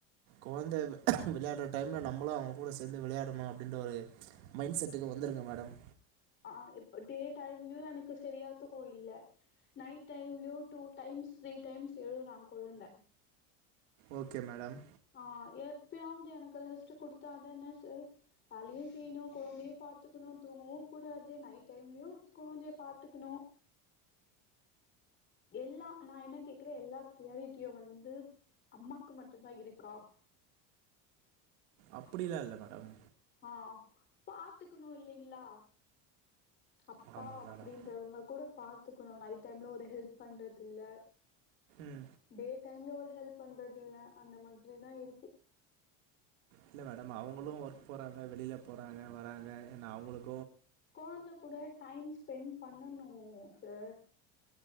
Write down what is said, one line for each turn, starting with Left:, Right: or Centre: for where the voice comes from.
Right: குழந்தை விளையாடுற டைம்ல நம்மளும் அவங்க கூட சேர்ந்து விளையாடணும் அப்படின்ற ஒரு மைண்ட் செட்டுக்கு வந்து வந்துருங்க மேடம்
Left: ஆ இப்ப டே டைம்லயும் எனக்கு சரியா தூக்கம் இல்ல நைட் டைம்லயு டூ டைம் த்ரீ டைம்ஸ் எலுரா கொழுந்த
Right: ஓகே மேடம்
Left: ஆ எப்பயாவது எனக்கு ரெஸ்ட்டூ குடுத்தாதான சார் வேலையும் செய்யணும் குழந்தைய பாத்துக்கணும் தூங்கவும் கூடாது நைட் டைம்லயும் குழந்த பாத்துக்கன்னு எல்லா நான் என்ன கேக்குறே எல்லா பிரியாரிட்டியும் வந்து அம்மாக்கு மட்டும்தான் இருக்கா
Right: அப்படிலாம் இல்ல மேடம்
Left: ஆ பாத்துக்கணும் இல்லைங்களா அப்பா
Right: ஆமாம்
Left: அப்படின்றவங்க
Right: மேடம்
Left: கூட பாத்துக்கணும் நைட்டைம்ல ஒரு ஹெல்ப் பண்றது இல்ல
Right: ம்
Left: டே டைம்ல ஒரு ஹெல்ப் பண்றது இல்ல அந்த மாதிரிதான் இருக்கு
Right: இல்ல மேடம் அவங்களும் ஒர்க் போறாங்க வெளியில போறாங்க வராங்க ஏன்னா அவங்களுக்கு
Left: குழந்த கூட டைம் ஸ்பென் பண்ணனும் சார்